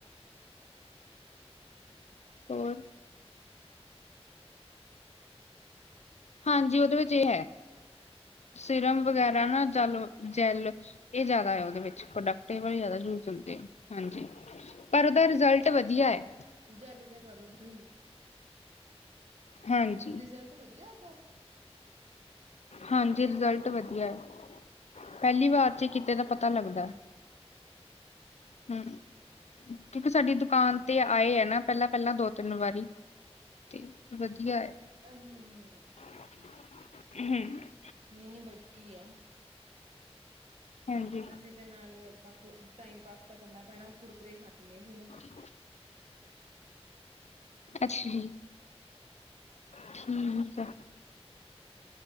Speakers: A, on the left; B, on the right.
A: ਹੋਰ ਹਾਂਜੀ ਉਹਦੇ ਵਿੱਚ ਇਹ ਹੈ ਸਿਰਮ ਵਗੈਰਾ ਨਾ ਜਲ ਜੈਲ ਇਹ ਜ਼ਿਆਦਾ ਹੈ ਉਹਦੇ ਵਿੱਚ ਪ੍ਰੋਡਕਟ ਵਾਲ ਜ਼ਿਆਦਾ ਯੂਜ ਹੁੰਦੇ ਆ ਹਾਂਜੀ ਪਰ ਉਹਦਾ ਰਿਜ਼ਲਟ ਵਧੀਆ ਹੈ
B: ਜੈ ਬਗੈਰ ਜ਼ਿਆਦਾ ਦੀਈ
A: ਹਾਂਜੀ
B: ਰਿਜ਼ਲਟ ਵਧੀਆ ਆਂਦਾ
A: ਹਾਂਜੀ ਰਿਜ਼ਲਟ ਵਧੀਆ ਹੈ ਪਹਿਲੀ ਵਾਰ ਚ ਕਿਤੇ ਦਾ ਪਤਾ ਲੱਗਦਾ
B: ਹੂੰ ਹੂੰ
A: ਹੈ ਹੂ ਕਿਉਂਕਿ ਸਾਡੀ ਦੁਕਾਨ ਤੇ ਆਏ ਹੈ ਨਾ ਪਹਿਲਾਂ ਪਹਿਲਾਂ ਦੋ ਤਿੰਨ ਵਾਰੀ ਤੇ ਵਧੀਆ ਹੈ
B: <unintelligible>
A: ਹੂ,,,
B: ਨੈਨੀ ਬੜੀ ਗਿਆ
A: ਹਾਂਜੀ
B: ਅਸੀਂ ਤੇ ਨਾਲ ਟਾਈਮ ਪਾਸ ਤਾਂ ਕਰਨਾ ਪੈਣਾ ਕੁਰਕਰੇੇ ਖਾਣ ਲਈ ਪਏ ਆ
A: <unintelligible> ਅੱਛਾ ਜੀ ਠੀਕ ਆ